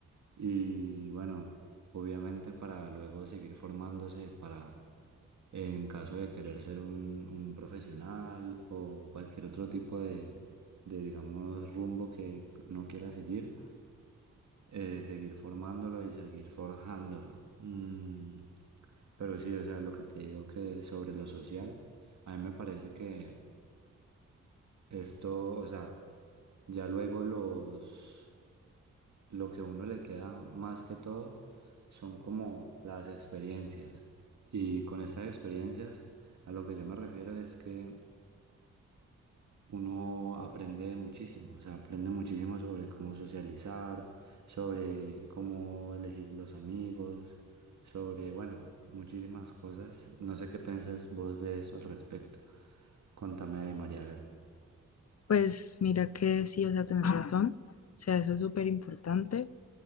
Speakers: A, on the right; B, on the left.
A: y bueno, obviamente para luego seguir formándose para, en caso de querer ser un, un profesional o cualquier otro tipo de, de, digamos, rumbo que uno quiera seguir, eh, seguir formándolo y seguir forjándolo. Mm, pero sí, o sea, lo que te digo que sobre lo social, a mí me parece que esto, o sea, ya luego los lo que a uno le queda más que todo son como las experiencias. Y con estas experiencias, a lo que yo me refiero es que uno aprende muchísimo, o sea, aprende muchísimo sobre cómo socializar, sobre cómo elegir los amigos, sobre, bueno, muchísimas cosas. No sé qué piensas vos de eso al respecto. Contame ahí, María, a ver.
B: Pues mira que sí, o sea, tenés razón, o sea, eso es súper importante.